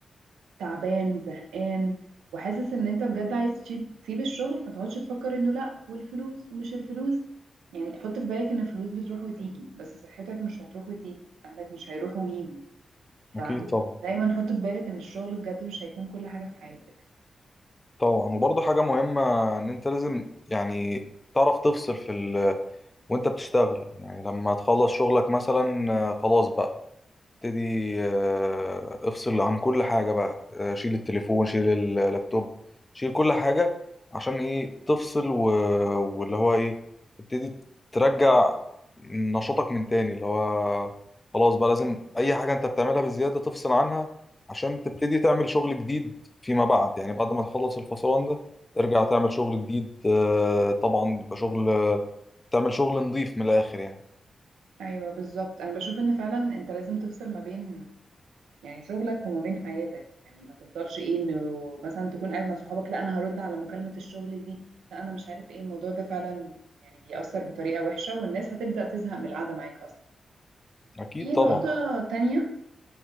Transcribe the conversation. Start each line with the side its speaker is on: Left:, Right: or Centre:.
Right: تعبان زهقان وحاسس ان انت بجد عايز تسيب تسيب الشغل ما تقعدش تفكر انه لا والفلوس ومش الفلوس يعني حط في بالك ان الفلوس بتروح وتيجي بس صحتك مش هتروح وتيجي اهلك مش هيروحوا ويجوا فدايما
Left: اكيد طبعا
Right: حط في بالك ان الشغل بجد مش هيكون كل حاجة في حياتك
Left: طبعا وبرضو حاجه مهمه ان انت لازم يعني تعرف تفصل في وانت بتشتغل يعني لما تخلص شغلك مثلا آه، خلاص بقى ابتدي آه، افصل عن كل حاجة بقى آه، شيل التليفون شيل اللابتوب شيل كل حاجة عشان ايه تفصل و... واللي هو ايه تبتدي ترجع نشاطك من تاني اللي هو خلاص بقى لازم اي حاجة انت بتعملها بزيادة تفصل عنها عشان تبتدي تعمل شغل جديد فيما بعد يعني بعد ما تخلص الفصلان ده ترجع تعمل شغل جديد آه، طبعا بيبقى شغل تعمل شغل نظيف من الآخر يعني
Right: ايوه بالظبط انا بشوف ان فعلا انت لازم تفصل ما بين يعني شغلك وما بين حياتك يعني ما تفضلش ايه انه مثلا تكون قاعد مع صحابك لا انا هرد على مكالمة الشغل دي لا انا مش عارف ايه الموضوع ده فعلا يعني بيأثر بطريقة وحشة والناس هتبدأ تزهق من القعدة معاك اصلا
Left: أكيد
Right: في أكيد
Left: طبعا
Right: نقطة تانية